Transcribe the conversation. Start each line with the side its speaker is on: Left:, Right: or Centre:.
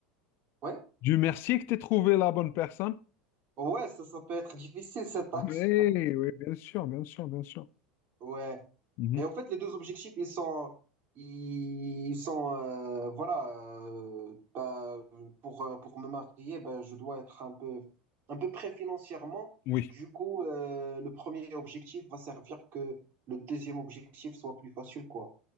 Right: Ouais?
Left: Dieu merci que tu aies trouvé la bonne personne.
Right: Ouais, ça, ça peut être difficile cette tâche.
Left: Oui, oui, bien sûr, bien sûr, bien sûr.
Right: Ouais.
Left: Mhm.
Right: Et en fait, les deux objectifs, ils sont, ils sont, euh, voilà, euh, bah, pour euh, pour me marier, bah je dois être un peu, un peu près financièrement.
Left: Oui,
Right: Du coup, euh, le premier objectif va servir que le deuxième objectif soit plus facile, quoi.